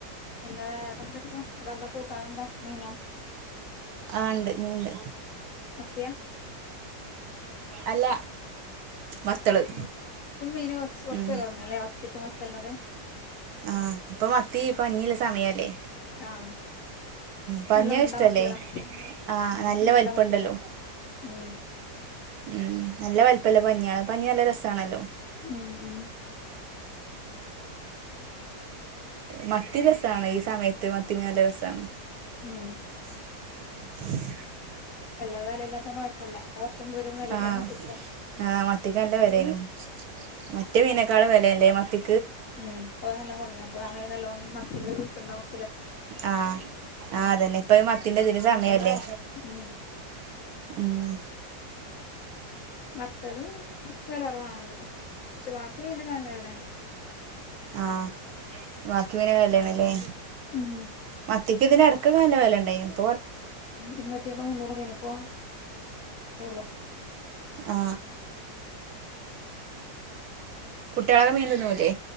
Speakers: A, on the left; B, on the right.
A: പിന്നെ <unintelligible> അവിടെ എന്താ കൂട്ടാനെന്താ മീനോ
B: ആ ഇണ്ട് മീനുണ്ട്
A: മത്തിയാ
B: അല്ല വത്തള്
A: ഉം ഇപ്പോ മീന് കൊറച്ച് കൊറച്ച്
B: ഉം
A: വെല കൊറഞ്ഞു മത്തിക്കും വത്തലിനും ഒക്കെ
B: ആ അപ്പൊ മത്തി പരിഞ്ഞിയുള്ള സമയല്ലേ
A: ആഹ്
B: പരഞ്ഞ
A: നല്ല ഉണ്ട
B: ഇഷ്ടല്ലേ
A: മത്തികളാ
B: ആ
A: ഉം
B: നല്ല
A: ഉണ്ട
B: വലിപ്പം
A: മത്തികള്
B: ഇണ്ടല്ലോ.
A: ഉം
B: ഉം നല്ല വലിപ്പല്ല പരിഞയാണ് പരിഞ്ഞി നല്ല രസാണല്ലോ.
A: ഉം ഉം
B: മത്തി രസമാണ് ഈ സമയത്ത് മത്തിമീൻ നല്ല രസമാണ്.
A: ഉം
B: <inaudible>
A: അല്ലാതെ വെല ഇല്ലാത്തോണ്ട് കൊഴപ്പമില്ല <unintelligible>
B: ആഹ് ആഹ് മത്തിക്ക് നല്ല വെലേന്നു മറ്റേ മീനേക്കാളും വെലല്ലേ മത്തി
A: ഉം പ്പ നല്ലോം കൊർഞ്ഞ് അപ്പൊ വാണെങ്കി നല്ലോം മത്തിക്ക് കിട്ട്ണ്ടാവും
B: ആ ആ അതെന്നെ ഇപ്പൊ മത്തിൻ്റെ തിന് സമയല്ലേ
A: ഉം
B: ഉം.
A: വത്തലും വെല കുറവാന്ന് പക്ഷെ ബാക്കി മീനൊക്കെ നല്ല വെലേ
B: ആ ബാക്കി മീന് വെലേണ് ല്ലേ
A: ഉം
B: മത്ത് <unintelligible>
A: <unintelligible> ഇപ്പ <unintelligible>
B: ആ. കുട്ടികളൊക്കെ മീൻ തിന്നൂലേ?